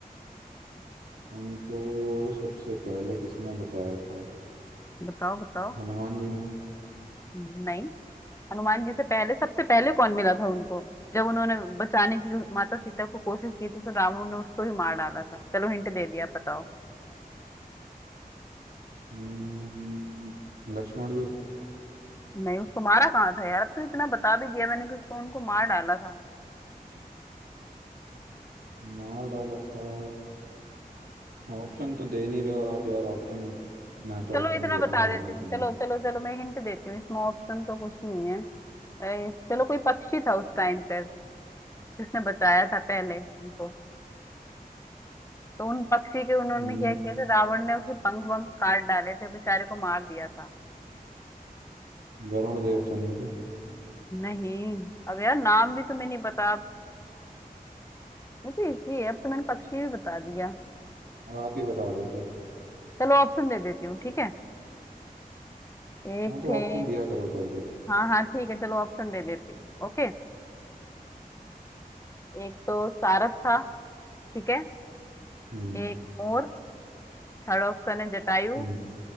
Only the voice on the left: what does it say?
बताओ बताओ
नहीं हनुमान जी से पहले सबसे पहले कौन मिला था उनको जब उन्होंने बचाने की माता सीता को कोशिश की थी तो रावण ने उसको ही मार डाला था चलो हिंट दे दिया अब बताओ
नहीं उसको मारा कहाँ था यार अब तो इतना बता भी दिया मैंने कि उसको उनको मार डाला था
चलो
इतना
बता
देती
हूँ चलो
चलो चलो मैं हिंट देती हूँ इसमें ऑप्शन तो कुछ नहीं है ए, चलो कोई पक्षी था उस टाइम पे जिसने बचाया था पहले उनको तो उन पक्षी के उन्होंने
क्या किया था रावण ने उसे पंख वंख काट डाले थे बेचारे को मार दिया था
नहीं अब यार नाम भी तुम्हें नहीं पता अब ये तो इसी है अब तो मैंने पक्षी भी बता दिया
चलो ऑप्शन दे देती हूँ ठीक है एक
थे
हाँ हाँ ठीक है चलो ऑप्शन दे देती हूँ ओके एक तो सारस था ठीक है
एक मोर थर्ड ऑप्शन है जटायु